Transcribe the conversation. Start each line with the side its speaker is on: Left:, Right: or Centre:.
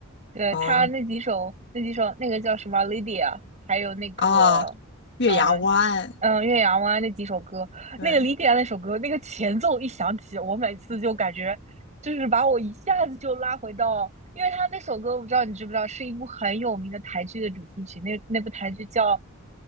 Right: 对，
Left: 然后
Right: 他那几首，那几首，那个叫什么《Lydia》，还有那个，
Left: 啊，月牙湾，
Right: 嗯嗯，呃《岳阳湾》那几首歌，
Left: 对，
Right: 那个《Lydia》那首歌，那个前奏一响起，我每次就感觉，就是把我一下子就拉回到，因为他那首歌，我不知道你知不知道，是一部很有名的台剧的主题曲，那那部台剧叫